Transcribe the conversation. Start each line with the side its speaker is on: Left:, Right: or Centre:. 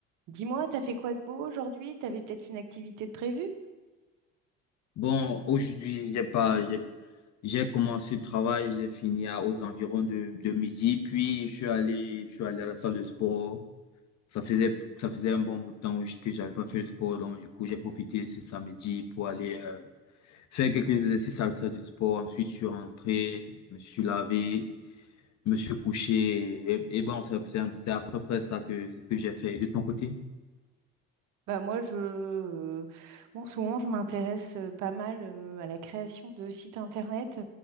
Right: Dis-moi, t'as fait quoi de beau aujourd'hui? T'avais peut-être une activité de prévue?
Left: Bon, aujourd'hui, j'ai pas, j'ai j'ai commencé le travail, j'ai fini à- aux environs de, de midi, puis je suis allé, je suis allé à la salle de sport. Ça faisait, ça faisait un bon bout de temps que j'avais pas fait le sport, donc du coup, j'ai profité ce samedi pour aller euh, faire quelques exercices à la salle du sport. Ensuite, je suis rentré, je me suis lavé, je me suis couché, et, et bon, c'est c'est- c'est à peu près ça que, que j'ai fait. De ton côté?
Right: Bah moi, je, euh, moi, en ce moment, je m'intéresse euh, pas mal euh, à la création de sites internet.